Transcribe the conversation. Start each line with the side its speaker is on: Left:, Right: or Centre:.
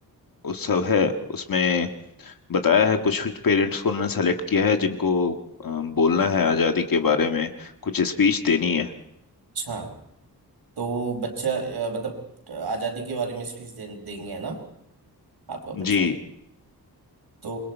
Left: उत्सव है उसमें बताया है कुछ कुछ पेरेंट्स को उन्होंने सेलेक्ट किया है जिनको अ, बोलना है आज़ादी के बारे में कुछ स्पीच देनी है
Right: अच्छा तो बच्चा अ, मतलब आज़ादी के बारे में स्पीच दे, देंगे है ना आपका बच्चा
Left: जी
Right: तो